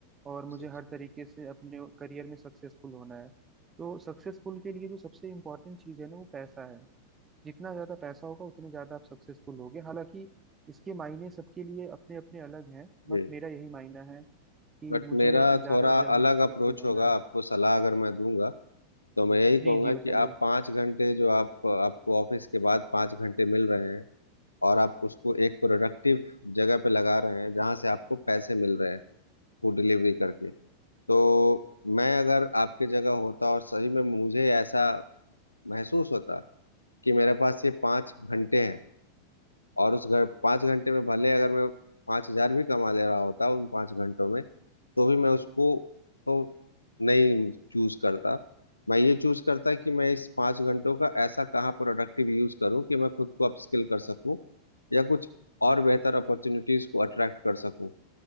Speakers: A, on the right; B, on the left.
A: और
B: अच्छा,
A: मुझे
B: अच्छा।
A: हर तरीके से अपने करियर में सक्सेसफुल होना है तो सक्सेसफुल के लिए जो सबसे इम्पोर्टेंट चीज़ है ना वो पैसा है जितना ज़्यादा पैसा होगा उतने ज़्यादा आप सक्सेसफुल होगे हालांकि इसके मायने सबके लिए अपने अपने अलग हैं
B: जी
A: बट मेरा यही मायना है कि
B: बट
A: मुझे
B: मेरा
A: ज़्यादा
B: थोड़ा
A: जल्दी
B: अलग
A: सक्सेसफुल
B: अप्रोच
A: होना
B: होगा
A: है
B: आपको सलाह अगर मैं दूंगा तो मैं यही कहूंगा
A: जी जी बताइए
B: कि आप पाँच घंटे जो आप आपको ऑफिस के बाद पाँच घंटे मिल रहे हैं और आप उसको एक प्रोडक्टिव जगह पे लगा रहे हैं जहां से आपको पैसे मिल रहे हैं फूड डिलीवरी करके तो मैं अगर आपके जगह होता और सही में मुझे ऐसा महसूस होता कि मेरे पास ये पाँच घंटे हैं और उस घर पाँच घंटे में भले अगर मैं पाँच हजार भी कमा ले रहा होता उन पाँच घंटों में तो भी मैं उसको तो नहीं चूज करता मैं ये चूज करता कि मैं इस पाँच घंटों का ऐसा कहाँ प्रोडक्टिव यूज करूँ कि मैं खुद को अपस्किल कर सकूँ या कुछ और बेहतर अपॉर्चुनिटीज को अट्रैक्ट कर सकूँ